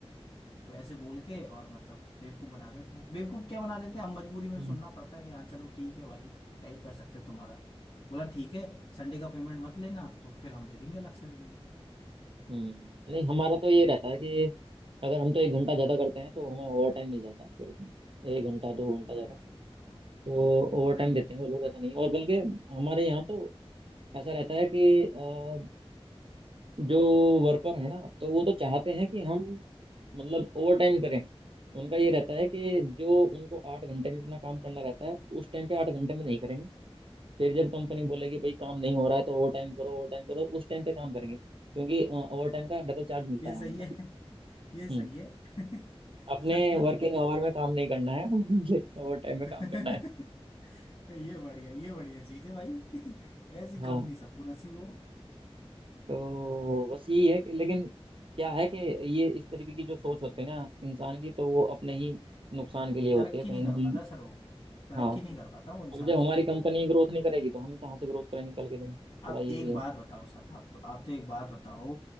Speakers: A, on the left (about 50°); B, on the right (about 60°).
A: तो ऐसे बोल के और मतलब बेवकूफ बना देते हैं बेवकूफ क्या बना देते हैं हम मजबूरी में
B: हम्म
A: सुनना पड़ता है कि हाँ चलो ठीक है भाई क्या ही कर सकते हैं तुम्हारा बोला ठीक है संडे का पेमेंट मत लेना तो फिर हम दे देंगे अलग से पेमेंट
B: हम्म। नहीं हमारा तो ये रहता है कि अगर हम तो एक घंटा ज्यादा करते हैं तो हमें ओवर टाइम मिल जाता है फिर उसमें एक घंटा दो घंटा
A: अरे
B: ज्यादा
A: सर हमारे
B: तो
A: हमारे
B: ओवर टाइम
A: नहीं
B: देते
A: मिलता
B: हैं वो
A: पता
B: लोग ऐसा
A: नहीं
B: नहीं है और बल्कि हमारे यहाँ तो ऐसा रहता है कि अ, जो वर्कर है ना तो वो तो चाहते हैं कि हम मतलब ओवर टाइम करें उनका ये रहता है कि जो उनको आठ घंटे में अपना काम करना रहता है उस टाइम पे आठ घंटे में नहीं करेंगे फिर जब कंपनी बोलेगी भाई काम नहीं हो रहा है तो ओवर टाइम करो ओवर टाइम करो उस टाइम पे काम करेंगे क्योंकि ओवर टाइम का डबल चार्ज मिलता
A: ये
B: है
A: सही
B: हमें ना
A: है <laughs> ये सही
B: हम्म
A: है <laughs>
B: अपने
A: मतलब
B: वर्किंग आवर में काम नहीं करना है <laughs> लेकिन ओवर टाइम में
A: तो
B: काम करना है
A: <laughs> ये बढ़िया ये बढ़िया चीज है भाई <laughs> ऐसी
B: हाँ
A: कंपनी सबको नसीब हो
B: तो बस यही है कि लेकिन क्या है कि ये इस तरीके की जो सोच होती है ना इंसान की तो वो अपने ही नुकसान के लिए होती
A: तरक्की
B: है कहीं
A: नहीं
B: ना
A: कर
B: कहीं
A: पाता सर वो तरक्की
B: हाँ
A: नहीं कर पाता वो इंसान
B: अब जब
A: फिर
B: हमारी कंपनी ग्रोथ नहीं करेगी तो हम कहाँ से ग्रोथ करेंगे कल के दिन थोड़ा
A: आप
B: ये
A: एक
B: भी है
A: बात बताओ सर आप तो आप तो एक बात बताओ